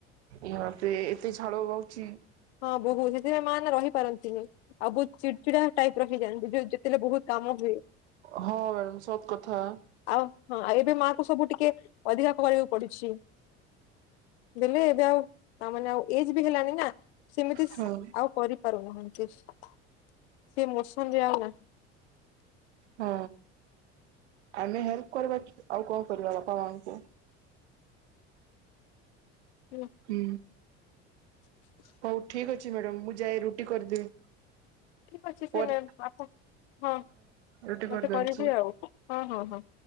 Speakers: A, on the right (about 80°); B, on the left (about 80°).
A: ଇ ଆପେ ଏତେ ଝାଳ ବଉଛି
B: ହଁ ବୋହୁ ସେଥିପାଇଁ ମାନେ ରହିପାରନ୍ତିନି। ଆଉ ବହୁତ ଚିଡଚିଡା ଟାଇପ ର ହେଇଯାନ୍ତି ଯୋଉ ଯେତେବେଳେ ବହୁତ କାମ ହୁଏ।
A: ହଁ ମ୍ୟାଡ଼ାମ ସତ କଥା।
B: ଆଉ ହଁ ଆଉ ଏବେ ମା କ ସବୁ ଟିକେ ଅଧିକା କରିବାକୁ ପଡୁଛି। ବଲେ ଏବେ ଆଉ ତାମାନେ ଆଉ ଏଜ ବି ହେଲାଣି ନା। ସେମିତି
A: ହଁ
B: ଆଉ କରିପାରୁନାହାନ୍ତି ସେ ମସମ ରେ ଆଉ ନାହିଁ।
A: ହଁ ଆମେ ହେଲ୍ପ କରିବା ଆଉ କଣ କରିବା ବାପା ମାଙ୍କୁ।
B: ହୁଁ।
A: ହୁଁ।
B: ହ <unintelligible>
A: ହଉ ଠିକ୍ ଅଛି ମ୍ୟାଡାମ ମୁଁ ଯାଏ ରୁଟି କରିଦେବି।
B: ଠିକ୍ ଅଛି ସେ
A: ପରେ
B: ମ୍ୟାମ୍ ଆପଣ ହଁ।
A: ରୁଟି
B: ମତେ
A: କରିଦଉଛି
B: କରିବେ ଆଉ ହଁ ହଁ ହଁ